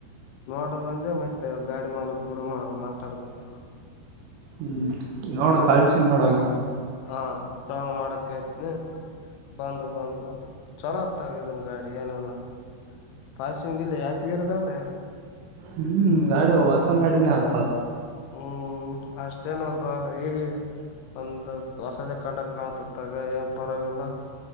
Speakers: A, on the left (about 80°); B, on the right (about 85°).
A: ನೋಡದ ಬಂದೆ ಮತ್ತೆ ಗಾಡಿ ಮಾಲಕ್ ಗೂಡ ಮಾ ಮಾತಾಡಂದಲ್ಲ.
B: ಹ್ಮ್ ನೋಡ ಕಳ್ಸಿ ನೋಡ ಹಂಗೆ.
A: ಹಾ ಡೌನ್ ಮಾಡಕ್ ಆಯತ್ನ. ಬಂದು ಬಂದು ಬಂದ ಚಲೋ ತಗಿದನ್ ಗಾಡಿ ಏನೆಲ್ಲ. ಪಾಸಿಂಗ್ ಇಲ್ಲಿ ಆಯ್ತಗರುದ ಅದ.
B: ಹ್ಮ್ ಗಾಡಿ ಹೊಸ ಗಾಡಿನೇ ಅದು.
A: ಹ್ಮ್ ಅಷ್ಟೇನ್ ಒಂದು ಈ ಒಂದು ಹೊಸದ ಕಂಡಕ್ ಕಾಣತತ್ತಗ ಏನ್ ಪರವಾಗಿಲ್ಲ.